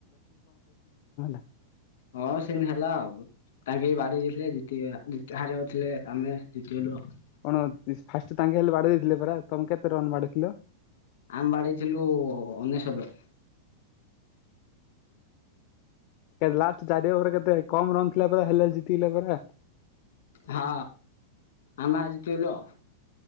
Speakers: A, on the left; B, on the left.
A: <unintelligible>
B: ହଁ ସେନ ହେଲା ଆଉ। ତାଙ୍କେ ବି ବାଡ଼ି ଯାଇଥିଲେ ଜତି ଜ ହାରିବା ଯାଉଥିଲେ ଆମେ ଜିତିଗଲୁ ଆଉ।
A: କଣ ଫାଷ୍ଟ ତାଙ୍କେ ହେଲେ ବାଡି ଦେଇଥିଲେ ପରା ତମେ କେତେ ରନ୍ ବାଡିଥିଲ।
B: ଆମେ ବାଡେଇଥିଲୁ ଅନେଶତ।
A: ଲାଷ୍ଟ ଚାରି ଅଭରେ କେତେ କମ ରନ୍ ଥିଲା ପରା ହେଲେ ଜିତିଗଲା ପରା।
B: ହଁ ଆମେ ଜିତିଲୁ।